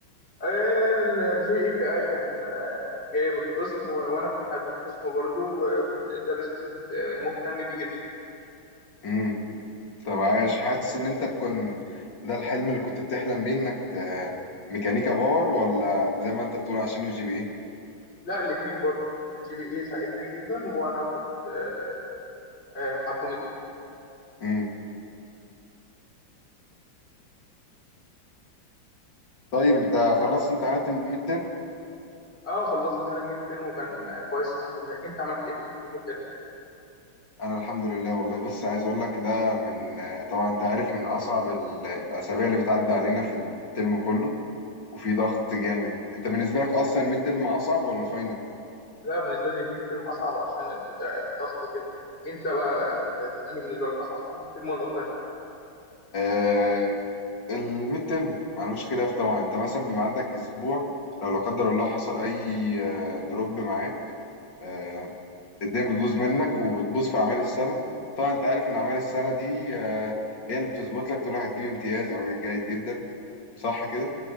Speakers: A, on the left; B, on the left.
A: آه الجي بي اي بتاعي كان آه جايب القسم و- وانا كنت حابب القسم برضه وكنت انترستد مهتم بيه جدا
B: امم طب عايش حاسس ان انت كن ده الحلم اللي كنت بتحلم بيه انك ت... ميكانيكا باور ولا زي ما انت بتقول عشان الجي بي اي
A: لا الاتنين برضه الجي بي اي ساعدني جدا وانا كنت آه آه، حابه جدا
B: امم طيب انت خلصت امتحانات الميد ترم
A: اه خلصت امتحان الميد ترم وكان آه، كويس الحمد لله انت عملت ايه في امتحان الميد
B: انا الحمد لله والله بص عايز اقول لك ده من طبعا انت عارف من اصعب ال- الاسابيع اللي بتعدي علينا في الترم كله وفي ضغط جامد انت بالنسبه لك اصلا الميد ترم اصعب ولا الفاينل
A: لا بالنسبه لي الميد ترم اصعب عشان ال- الضغط وكده انت بقى ال- انهي بالنسبه لك اصعب الميد ترم ولا الفاينل
B: آه الميد ترم معلوش خلاف طبعا انت مثلا بيبقى عندك اسبوع لو لا قدر الله حصل اي آه، دروب معاك آه، الدنيا بتبوظ منك وبتبوظ في أعمال السنة طبعا أنت عارف إن أعمال السنة دي آه، هي اللي بتظبط لك تقول واحد هتجيب امتياز أو جيد جدا صح كده